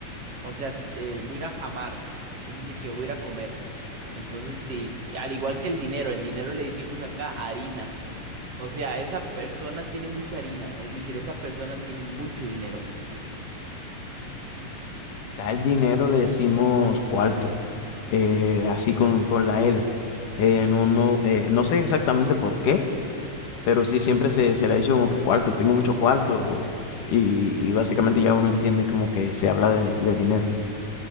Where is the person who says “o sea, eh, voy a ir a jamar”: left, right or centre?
Right